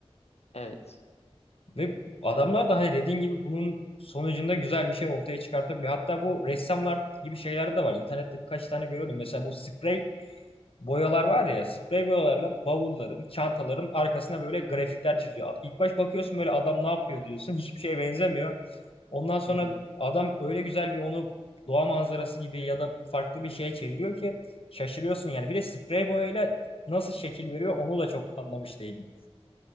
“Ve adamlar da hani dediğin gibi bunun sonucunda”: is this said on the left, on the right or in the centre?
Left